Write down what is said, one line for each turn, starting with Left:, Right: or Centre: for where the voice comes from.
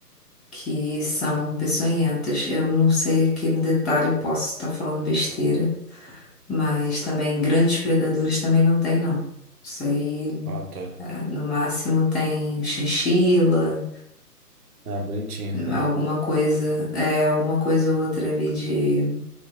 Centre: que são peçonhentas. Eu não sei aqui no detalhe, posso estar falando besteira, mas também grandes predadores também não tem, não. Isso aí,
Right: Ah, tá.
Centre: eh, no máximo tem chinchila,
Right: Ah, bem tinha. <laughs>
Centre: alguma coisa, é, alguma coisa ou outra ali de,